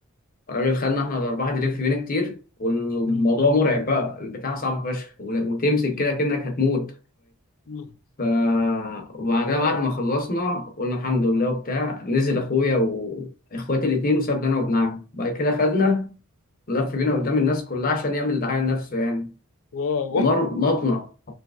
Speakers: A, on the left (about 40°); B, on the left (about 75°).
A: الراجل خدنا احنا الاربعه نلف بينا كتير والموضوع
B: مم.
A: مرعب بقى البتاع صعب فشخ وتمسك
B: مم.
A: كده كأنك هتموت
B: مم.
A: ف وبعدها
B: واو.
A: بعد ما خلصنا قلنا الحمد لله وبتاع نزل اخويا واخواتي الاتنين وسابنا انا وابن عمي بعد كده خدنا لف بينا قدام الناس كلها عشان يعمل دعاية لنفسه يعني
B: واو
A: مرمطنا